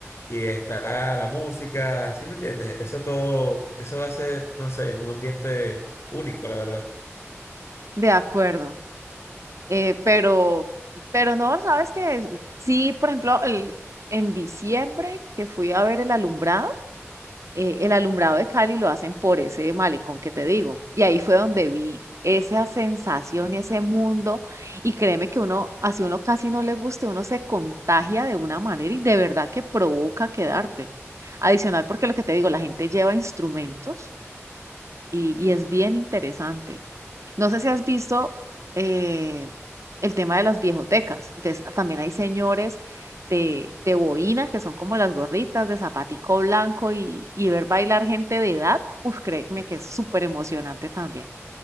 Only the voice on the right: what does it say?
de acuerdo. Eh, pero, pero no, sabes que sí, por ejemplo, el, en diciembre que fui a ver el alumbrado, eh, el alumbrado de Cali lo hacen por ese malecón que te digo. Y ahí fue donde vi esa sensación, ese mundo. Y créeme que uno, así uno casi no le guste, uno se contagia de una manera y de verdad que provoca quedarte. Adicional, porque lo que te digo, la gente lleva instrumentos y, y es bien interesante. No sé si has visto eh, el tema de las viejotecas. Entonces, también hay señores de, de boina, que son como las gorritas de zapatico blanco y, y ver bailar gente de edad. Uf, créeme que es súper emocionante también.